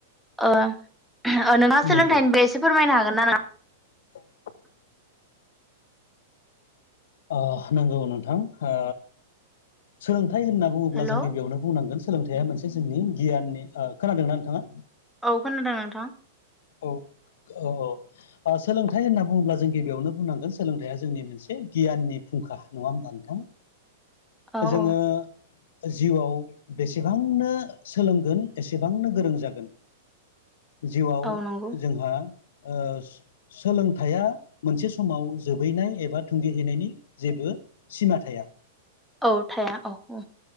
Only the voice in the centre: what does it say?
ओ नोंहा सोलोंथाइनिबो
एसे फोरमायनो हागोन ना नों?
हेल'
औ खोनादों नोंथां।
औ
औ
औ नंगौ
औ थाया औ-औ।